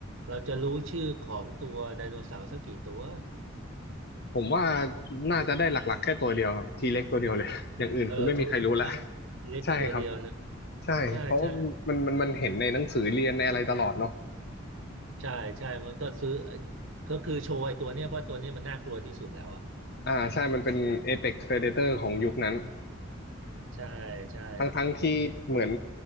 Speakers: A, on the right (about 70°); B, on the left (about 50°).
A: เราจะรู้ชื่อของตัวไดโนเสาร์สักกี่ตัว
B: ผมว่าน่าจะได้หลักๆแค่ตัวเดียวครับทีเล็กตัวเดียวเลย <laughs> อย่างอื่นคือไม่มีใครรู้ละ
A: เออทุกนะเล็กตัวเดียวนะ
B: ใช่ครับใช่เพราะว่ามันมันมันเห็นในหนังสือเรียนในอะไรตลอดเนาะ
A: ใช่ใช่ใช่ใช่มันก็ซื้อก็คือโชว์ไอ้ตัวเนี้ยเพราะตัวเนี้ยมันน่ากลัวที่สุดแล้วอ่ะ
B: อ่าใช่มันเป็น Apex Predator ของยุคนั้น
A: ใช่ใช่
B: ทั้งทั้งที่เหมือน
A: ถูกต้อง